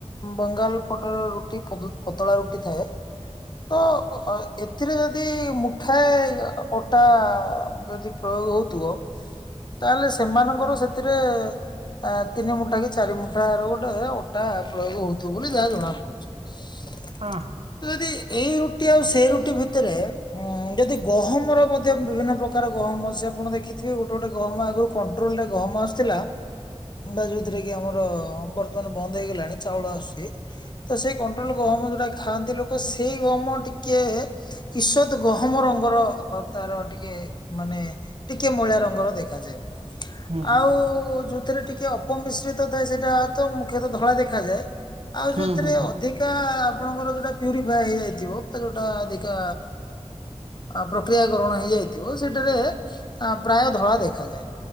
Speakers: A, on the left; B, on the right.
A: ବଙ୍ଗାଲ ପଟର ଟି ପଦ ପତଳା ରୁଟି ଥାଏ। ତ ଏଥିରେ ଯଦି ମୁଠାଏ ଅ ଅଟା ଯଦି ପ୍ରୟୋଗ ହଉଥିବ ତାହେଲେ ସେମାନଙ୍କର ସେଥିରେ ଆ ତିନି ମୁଠା କି ଚାରି ମୁଠାର ଗୋଟେ ଅଟା ପ୍ରୟୋଗ ହଉଥିବ। ବୋଲି ଯାହା ଜଣା ପଡୁଛି। <unintelligible>
B: ହଁ।
A: ଯଦି ଏଇ ରୁଟି ଆଉ ସେଇ ରୁଟି ଭିତରେ। ଉଁ ଯଦି ଗହମର ମଧ୍ୟ ବିଭିନ୍ନ ପ୍ରକାର ଗହମ ଆ ସେ ଆପଣ ଦେଖିଥିବେ ଗୋଟେ ଗୋଟେ ଗହମ ଆଗରୁ କଣ କଟ୍ରୋଲରେ ଗହମ ଆସିଥିଲା। କିମ୍ବା ଯୋଉଥିରେ କି ଆମର ବର୍ତମାନ ବନ୍ଦ ହେଇଗଲାଣି ଚାଉଳ ଆସୁଛି ତ ସେଇ। କଟଲ ଗହମ ଯଉଟା ଖାଆନ୍ତି ଲୋକ ସେଇ ଗହମ ଟିକେ। କିଈସତ ଗହମ ରଙ୍ଗର ତାର ଟିକେ ମାନେ। ଟିକେ ମଇଳା ରଙ୍ଗର ଦେଖାଯାଏ
B: ହୁଁ ହୁଁ
A: ଆଉ ଯୋଉଥିରେ ଟିକେ। କମ୍ ମଶ୍ରିତ ଥାଏ ସେଇଟା ତ ମୁଖ୍ୟତଃ ଧଳା ଦେଖାଯାଏ ଆଉ
B: ହୁଁ
A: ଯଉଥିରେ
B: ହୁଁ ହୁଁ
A: ଅ
B: ହୁଁ
A: ଅଧିକା ଆପଣଙ୍କର ଯୋଉଟା ପ୍ୟୁରିଫାଏ ହେଇଯାଇଥିବ ବା ଯୋଉଟା ଅଧିକା ଆ ପ୍ରକ୍ରିୟାକରଣ ହେଇଯାଇଥିବ ସେଠାରେ ଆ ପ୍ରାୟ ଧଳା ଦେଖାଯାଏ।